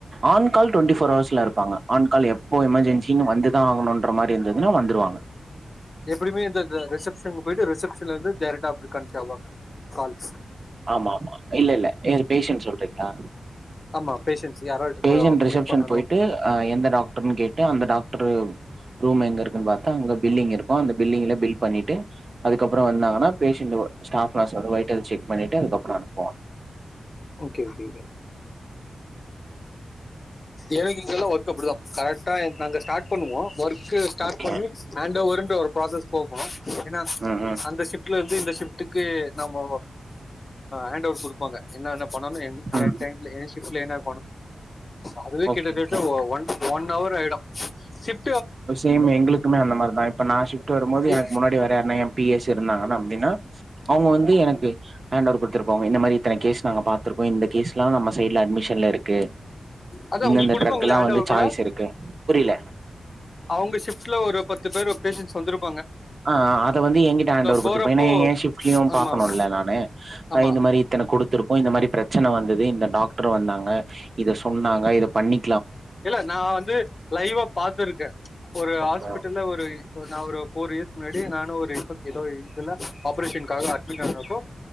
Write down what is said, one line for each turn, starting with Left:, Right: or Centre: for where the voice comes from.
Right: ஆன் கால் டொன்ட்டி ஃபோர் அவர்ஸ்ல இருப்பாங்க ஆன் கால் எப்போ எமர்ஜென்ஸின் வந்துதா ஆகணூன் க்ற மாரி இருந்துதுன்னா வந்துருவாங்க
Left: எப்டியுமே இந்தந்த ரிசெப்ஷனுக்கு போயிட்டு ரிசப்ஷன்லேந்து டேரக்டா அப்டி கன்டின்யூ ஆவாங்க கால்
Right: ஆமா ஆமா இல்லல்லே ஏர் பேஷன் சொல்றீங்களா
Left: ஆமா பேஷண்ட்ஸ் யாராவது இப்போ
Right: பேஷண்ட் ரிசப்ஷன்
Left: மீட் பண்ணணும்
Right: போயிட்டு ஆ எந்த டாக்டர்னு கேட்டு அந்த டாக்டரு ரூம் எங்கருக்குன் பாத்து அங்க பில்லிங் இருக்கூ அந்த பில்லிங்ல பில் பண்ணிட்டு அதுக்கப்றோ வந்தாங்கன்னா பேஷண்ட் ஒ ஸ்டாஃப் வர சொல் வைட்டல் செக் பண்ணிட்டு அதுக்கப்றோ அனுப்புவாங்
Left: ஓகே ஓகே ஓகே எனக்கு இங்கல்லா ஒர்க் அப்டிதா கரெக்ட் டா நாங்க ஸ்டாட் பண்ணுவோ ட ஒர்க் ஸ்டாட்
Right: ஓகே
Left: பண்ணி ஹேண்ட் ஓவருன்ற ஒரு ப்ராசஸ் போகூ ஏனா
Right: ம் ம்
Left: அந்த ஷிஃப்ட்லேந்து இந்த ஷிஃப்டுக்கு நாமோ ஹேண்ட் ஓவர் குடுப்பாங்க என்னன்னப் பண்ணோன்
Right: ம்
Left: ஏ டைம்ல ஏ ஷிஃப்ட்ல என்ன அதுவே
Right: ஓகே
Left: கிட்டத்தட்ட
Right: ஓகே
Left: ஒ ஒன் ஒன் அவர் ஆயிடூ ஷிஃப்
Right: சேம் எங்ளுக்குமே அந்த மாரிதா இப்ப நா ஷிஃப்ட் வரும்போது
Left: ஏ,
Right: எனக்கு முன்னாடி வர யார்னா ஏ பி எஸ் இருந்தாங்கன்னா அப்டினா அவுங்க வந்து எனக்கு ஹேண்டோவர் குடுத்துட்டு போவாங்க இந்த மாரி இத்தன கேஸ் நாங்க பாத்துருக்கோ இந்த கேஸ் லா நம்ம சைட்ல அட்மிஷன்லருக்கு
Left: அதான்
Right: இந்தந்த
Left: உங்களுக்கு கொடுப்பாங்களே
Right: ட்ரக்லா
Left: ஹேண்ட்
Right: வந்து
Left: ஓவர்
Right: சாய்ஸ் இருக்கு புரில
Left: அவுங்க ஷிஃப்ட்ல ஒரு பத்து பேர் பேஷன்ஸ் வந்துருப்
Right: ஆ அத வந்து எங்கிட்ட ஹேண்டோவர் குடுத்துருப்பா
Left: போறப்போ
Right: ஏனா ஏ ஷிஃப்ட்லயூ
Left: ஆமா
Right: பாக்கணூல
Left: ஆமா
Right: நானு
Left: ஆமா
Right: ஆ இந்த மாரி இத்தன குடுத்துருப்போ இந்த மாரி ப்ரச்சன வந்தது டாக்டர் வந்தாங்க இத சொன்னாங்க இத பண்ணி
Left: இல்ல நா வந்து லைவா பாத்துருக்கே ஒரு
Right: ஓகே
Left: ஹாஸ்பிட்டல்ல ஒரு நா ஒரு ஃபோர் இயர்ஸ் முன்னாடி நானு ஒரு இன்ஃப ஏதோ ஒரு இதுல ஆப்பரேஷன்க்காக அட்மிட் ஆனப்போ